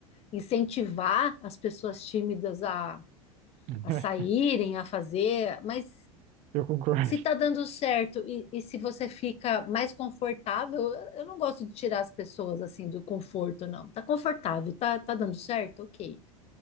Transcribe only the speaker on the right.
<laughs>
Eu concordo.